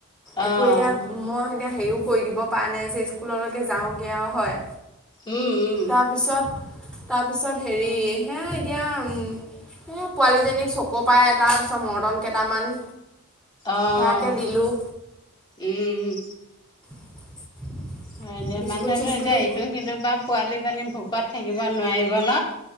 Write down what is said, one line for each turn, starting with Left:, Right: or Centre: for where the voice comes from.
Centre: একো
Left: অ',
Centre: এতিয়া মই এতিয়া হেৰিও কৰি দিব পৰা নাই যে স্কুললৈকে যাওঁগৈ আৰু হয়।
Left: উম, উম,
Centre: তাৰপিছত তাৰপিছত হেৰি হে এতিয়া উম এ, পোৱালিজনীক চ'ক পাই এটা তাৰপিছত মৰ্তণ কেইটামান।
Left: অ',
Centre: সেয়াকে দিলোঁ
Left: উম
Centre: <inaudible>
Left: হয় দে
Centre: বিস্কুট
Left: মানুহেতো
Centre: চিস্কুটো
Left: এতিয়া ইটো সিটো বা পোৱালিজনী ভোকত থাকিব নোৱাৰিব ন।